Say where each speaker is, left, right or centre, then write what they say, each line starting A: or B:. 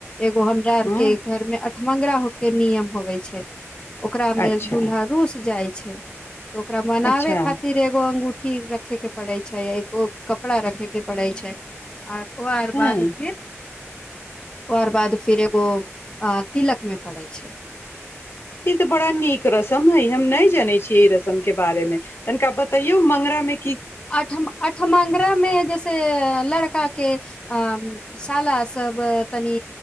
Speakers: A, on the left (about 20°); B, on the left (about 55°).
A: एगो हमरा आर
B: हूँ
A: के घर मे अठमंगरा हो के नियम होबै छै ओकरा में
B: अच्छा
A: दूल्हा रुस जाय छै तऽ ओकरा मनाबे
B: अच्छा
A: खातिर एगो अंगु- -ठी रखे के पड़ै छै एको कपड़ा रखेके पड़ै छै आर ओ आर
B: हँ
A: बाद फिर ओ आर बाद फिर एगो अ तिलक मे पड़ै छै
B: ई ते बड़ा नीक रस्म हइ हम नहि जानैय छै ई रस्म के बारेमे तनिका बतइयौ मंगरामे
A: अठ- अठमंगरामे जैस- से लड़का के अ- साला सब तनि